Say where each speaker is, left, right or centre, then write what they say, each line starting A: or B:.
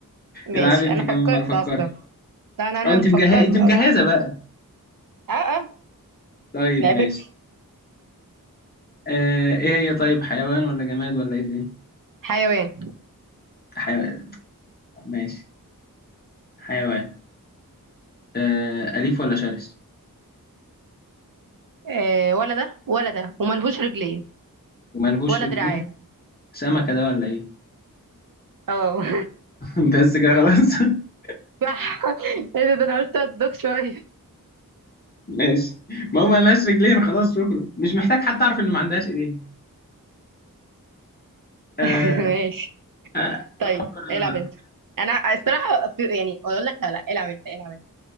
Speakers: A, on the right; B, on the left.
A: ماشي
B: العب انت
A: أنا
B: كمان
A: فكرت
B: مرة فكري
A: أصلا لا أنا أنا
B: اه انت
A: فكرت
B: مجهزة انت مجهزة
A: أصلا
B: بقى
A: أه أه
B: طيب
A: لعبتي
B: ماشي آه ايه هي طيب حيوان ولا جماد ولا ايه الدنيا
A: حيوان
B: حيوان ماشي حيوان آه أليف ولا شرس
A: آه ولا ده ولا ده وملهوش رجلين
B: وملهوش
A: ولا
B: رجلين
A: دراعات
B: سمكة ده ولا ايه
A: اه
B: <laughs> بس كده خلاص <laughs>
A: <laughs> صح ايه ده ده أنا قلت أدوخ شوية
B: ماشي ما هو ملهاش رجلين خلاص شكرا مش محتاج حتى اعرف ان ما عندهاش ايدين آه
A: <laughs> ماشي
B: آه،
A: طيب
B: افكر انا
A: العب
B: بقى
A: أنت أنا الصراحة في يعني أقول لك لا لا العب أنت العب أنت